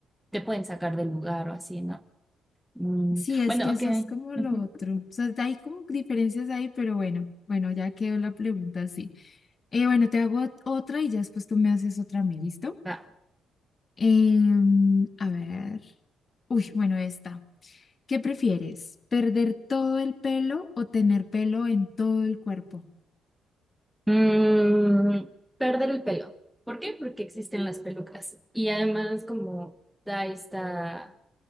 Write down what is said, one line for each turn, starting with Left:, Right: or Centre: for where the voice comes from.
Centre: te pueden sacar del lugar o así, ¿no? Mm,
Left: Sí, es
Centre: bueno,
Left: que
Centre: ok.
Left: eso es como
Centre: ujú,
Left: lo otro. O sea, hay como diferencias ahí, pero bueno, bueno, ya quedó la pregunta así. Eh, bueno, te hago ot- otra y ya después tú me haces otra a mí, ¿listo?
Centre: va.
Left: Em, a ver. Uy, bueno, esta. ¿Qué prefieres? ¿Perder todo el pelo o tener pelo en todo el cuerpo?
Centre: Mm, perder el pelo. ¿Por qué? Porque existen las pelucas y además como da esta...